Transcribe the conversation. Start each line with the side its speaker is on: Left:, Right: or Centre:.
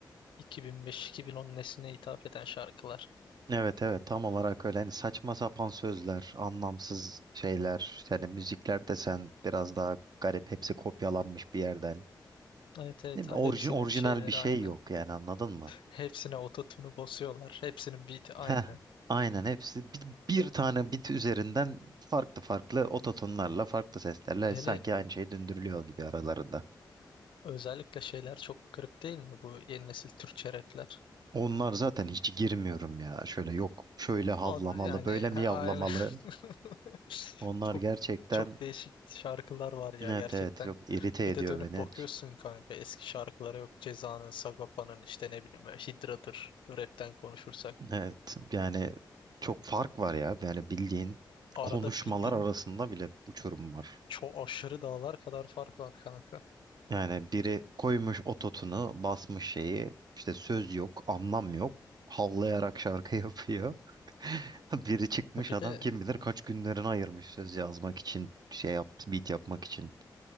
Left: 2005-2010 nesline hitap eden şarkılar.
Right: Evet evet tam olarak öyle. Hani saçma sapan sözler, anlamsız şeyler. Yani müzikler desen biraz daha garip. Hepsi kopyalanmış bir yerden.
Left: Evet evet
Right: Ne bileyim,
Left: Ah,
Right: orji-
Left: hepsinin
Right: orijinal
Left: şeyleri
Right: bir şey
Left: aynı.
Right: yok yani anladın mı?
Left: Hepsine ototune'u basıyorlar. Hepsinin beat'i aynı.
Right: Heh, aynen hepsi bir, bir tane bit üzerinden farklı farklı ototonlarla farklı seslerle
Left: Hele
Right: sanki aynı şey döndürülüyor gibi aralarında.
Left: özellikle şeyler çok garip değil mi bu yeni nesil Türkçe rapler?
Right: Onlar zaten hiç girmiyorum ya. Şöyle yok şöyle havlamalı
Left: Ad- Yani
Right: böyle mi
Left: ha-
Right: yavlamalı.
Left: aile <laughs>
Right: Onlar
Left: çok
Right: gerçekten
Left: çok değişik şarkılar var ya
Right: evet
Left: gerçekten.
Right: evet yok irite
Left: Bir
Right: ediyor
Left: de dönüp
Right: beni.
Left: bakıyorsun kanka eski şarkılara yok. Ceza'nın, Sagopa'nın işte ne bileyim hidradır rapten konuşursak.
Right: Evet yani çok fark var ya. Yani bildiğin
Left: Arada
Right: konuşmalar
Left: bildiğin
Right: arasında bile uçurum var.
Left: çok aşırı dağlar kadar fark var kanka.
Right: Yani biri koymuş ototunu, basmış şeyi, işte söz yok, anlam yok, havlayarak şarkı yapıyor. <laughs> Biri çıkmış
Left: E, Bir
Right: adam
Left: de
Right: kim bilir kaç günlerini ayırmış söz yazmak için, şey yaptı, beat yapmak için.